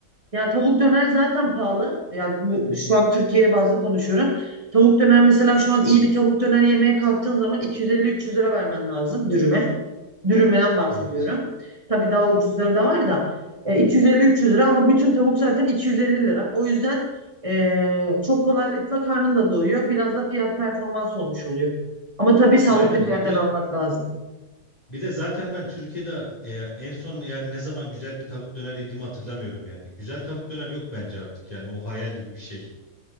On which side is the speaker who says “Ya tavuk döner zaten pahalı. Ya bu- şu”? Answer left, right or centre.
Right